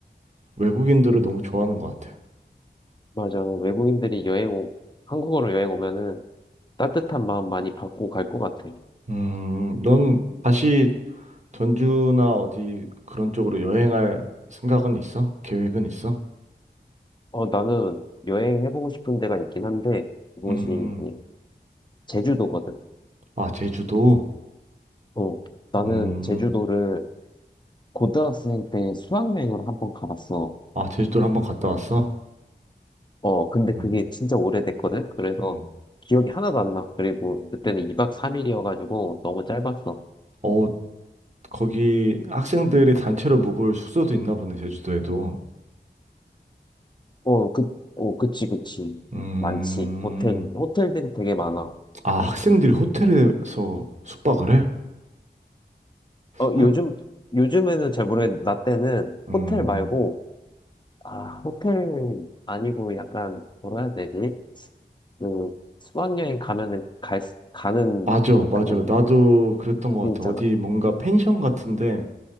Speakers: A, on the right; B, on the left.
A: 외국인들을 너무 좋아하는 것 같아요.
B: 맞아. 외국인들이 여행, 오, 한국으로 여행 오면은 따뜻한 마음 많이 받고 갈 것 같아.
A: 음, 넌 다시 전주나 어디 그런 쪽으로 여행할 생각은 있어? 계획은 있어?
B: 어, 나는 여행해보고 싶은 데가 있긴 한데, 그곳이
A: 음,
B: 이제 제주도거든.
A: 아, 제주도?
B: 어, 나는
A: 음,
B: 제주도를 고등학생 때 수학여행으로 한번 가봤어.
A: 아, 제주도를 한번 갔다 왔어?
B: 어, 근데
A: 음,
B: 그게 진짜 오래됐거든? 그래서
A: 음.
B: 기억이 하나도 안 나. 그리고 그때는 2박 3일이어가지고 너무 짧았어.
A: 어, 거기 학생들이 단체로 묵을 숙소도 있나 보네, 제주도에도.
B: 어, 그, 어, 그치, 그치.
A: 음,
B: 많지. 호텔, 호텔들이 되게 많아.
A: 아, 학생들이 호텔에서 숙박을 해?
B: 어,
A: 학,
B: 요즘, 요즘에는 잘 모르겠는데, 나 때는
A: 음.
B: 호텔 말고, 아, 호텔 아니고 약간, 뭐라 해야 되지? 그, 수학여행 가면은 갈, 수- 가는
A: 맞아, 맞아.
B: 그런
A: 나도 그랬던 것
B: 게
A: 같아.
B: 있잖아.
A: 어디 뭔가 펜션 같은데